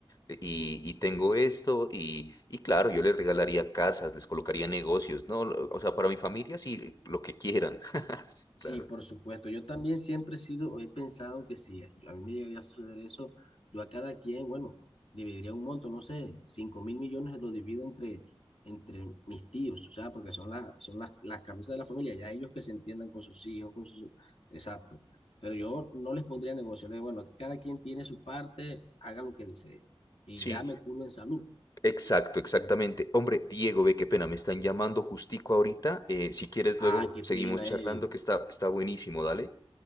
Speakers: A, on the left; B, on the left.
A: E, Y, y tengo esto y, y claro, yo les regalaría casas, les colocaría negocios, ¿no? Lo- O sea, para mi familia sí, lo que quieran. <laughs>
B: Sí,
A: Claro.
B: por supuesto. Yo también siempre he sido, o he pensado que si yo- a mí me llegaría a suceder eso, yo a cada quien, bueno, dividiría un monto, no sé, cinco mil millones lo divido entre, entre mis tíos, o sea, porque son, las son las, las cabezas de la familia, ya ellos que se entiendan con sus hijos, con sus... Exacto. Pero yo no les pondría negocio, les digo, bueno, cada quien tiene su parte, haga lo que desee. Y
A: Sí.
B: ya me curo en salud.
A: Exacto, exactamente.
B: En-
A: Hombre, Diego, ve qué pena, me están llamando justico ahorita. Eh, si quieres,
B: ah,
A: luego
B: qué
A: seguimos
B: pena,
A: charlando,
B: Eric.
A: que está, está buenísimo. Dale,